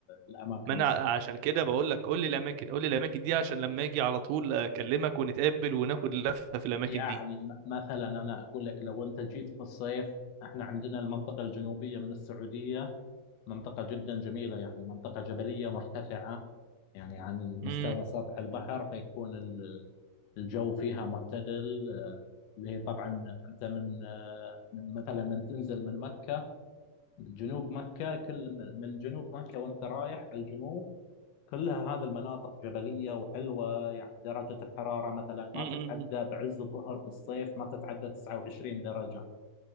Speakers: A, on the left; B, on the right.
A: الأماكن
B: ما انا
A: السياحية
B: ع- عشان كده بقول لك قول لي الاماكن قول لي الاماكن دي عشان لما اجي على طول اكلمك ونتقابل وناخد لفة في الاماكن
A: يعني
B: دي
A: م- مثلا أنا أقول لك لو أنت جيت في الصيف إحنا عندنا المنطقة الجنوبية من السعودية منطقة جدا جميلة يعني منطقة جبلية مرتفعة يعني عن مستوى
B: امم
A: سطح البحر فيكون الجو فيها معتدل آه، اللي هي طبعا انت من آه، من مثلا من تنزل من مكه جنوب مكه كل من من جنوب مكه وانت رايح على الجنوب كلها هذه المناطق جبليه وحلوه يعني درجه الحراره مثلا ما
B: امم
A: تتعدى بعز الظهر بالصيف ما تتعدى 29 درجه